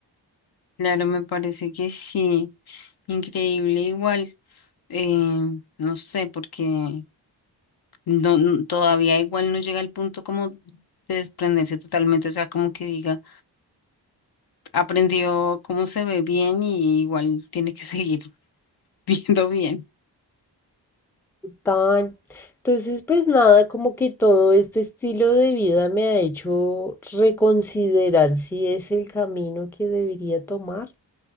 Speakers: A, on the left; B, in the centre.
A: Claro, me parece que sí. Increíble, igual. eh, no sé, porque no, no- todavía igual no llega al punto como de desprenderse totalmente, o sea, como que diga aprendió cómo se ve bien y igual tiene que seguir <laughs> viendo bien.
B: Total. Entonces, pues nada, como que todo este estilo de vida me ha hecho reconsiderar si es el camino que debería tomar.